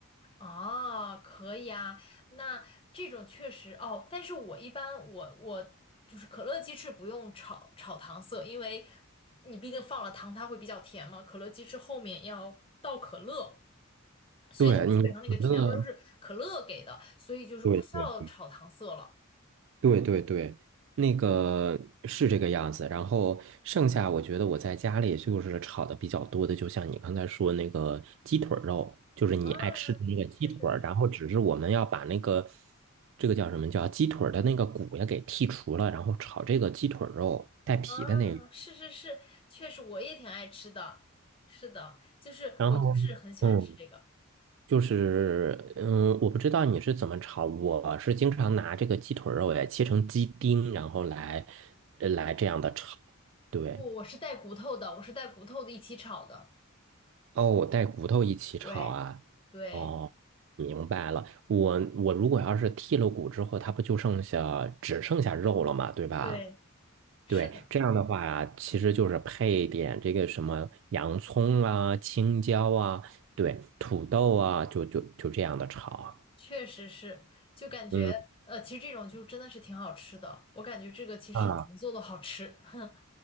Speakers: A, on the left; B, on the right.
A: 哦，可以啊，那这种确实哦，但是我一般我我就是可乐鸡翅不用炒炒糖色，因为你毕竟放了糖，它会比较甜嘛。可乐鸡翅后面要倒可乐，所以它基本上那个甜味儿都是可乐给的，
B: 对你可乐，
A: 所以就是不需要炒糖色了。
B: 对对对对对，那个是这个样子。
A: 对，
B: 然后剩下，我觉得我在家里就是炒的比较多的，就像你刚才说那个鸡腿儿肉，就是你爱吃的那个鸡腿儿然后只是我们要把那个
A: 啊，是是是，
B: 这个叫什么叫鸡腿儿的那个骨也给剔除了，然后炒这个鸡腿儿肉带皮的那个。
A: 啊，是是是，确实我也挺爱吃的，是的，就是我就是很喜欢吃这个。
B: 然后嗯，就是嗯，我不知道你是怎么炒，我是经常拿这个鸡腿儿肉也切成鸡丁，然后来呃来这样的炒。对。
A: 不，我是带骨头的，我是带骨头的一起炒的。
B: 哦，我带骨头一起炒啊。
A: 对，对，
B: 哦，明白了。我我如果要是剔了骨之后，它不就剩下只剩下肉了嘛，对吧？
A: 对，是的，
B: 对，这样的话，其实就是配一点这个什么洋葱啊、青椒啊，对，土豆啊，就就就这样的炒啊。
A: 确实是，就感觉呃，
B: 嗯
A: 其实这种就真的是挺好吃的。我感觉这个其实怎么做都好吃。
B: 啊，
A: <laughs>